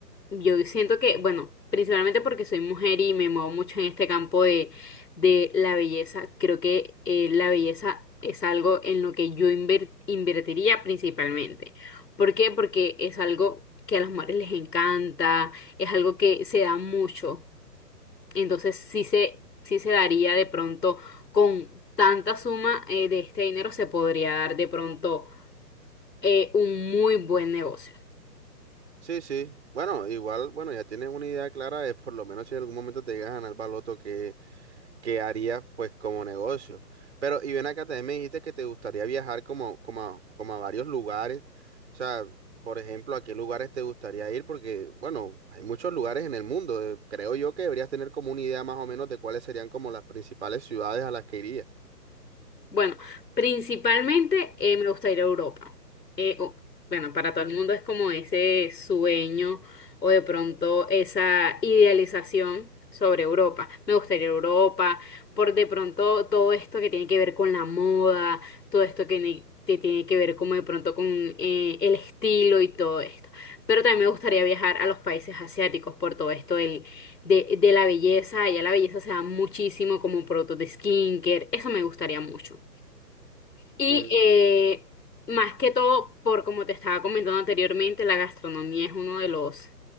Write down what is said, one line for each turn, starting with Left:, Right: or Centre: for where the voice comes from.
Left: Yo siento que, bueno, principalmente porque soy mujer y me muevo mucho en este campo de, de la belleza, creo que eh, la belleza es algo en lo que yo inver- invertiría principalmente. ¿Por qué? Porque es algo que a las mujeres les encanta, es algo que se da mucho. Entonces sí se, sí se daría de pronto con tanta suma eh, de este dinero, se podría dar de pronto eh, un muy buen negocio.
Right: Sí, sí. Bueno, igual, bueno, ya tienes una idea clara de por lo menos si en algún momento te llegas a ganar el baloto, que harías pues como negocio. Pero, y ven acá, también me dijiste que te gustaría viajar como, como a, como a varios lugares. O sea, por ejemplo, ¿a qué lugares te gustaría ir? Porque, bueno, hay muchos lugares en el mundo. eh, Creo yo que deberías tener como una idea más o menos de cuáles serían como las principales ciudades a las que irías.
Left: Bueno, principalmente eh, me gusta ir a Europa. Eh, o- bueno, para todo el mundo es como ese sueño o de pronto esa idealización sobre Europa. Me gusta ir a Europa por de pronto todo esto que tiene que ver con la moda, todo esto que, ne- que tiene que ver como de pronto con eh, el estilo y todo esto. Pero también me gustaría viajar a los países asiáticos por todo esto del, de, de la belleza. Allá la belleza se da muchísimo como productos de skincare. Eso me gustaría mucho. Y
Right: Mm,
Left: eh, más que todo, por como te estaba comentando anteriormente, la gastronomía es uno de los,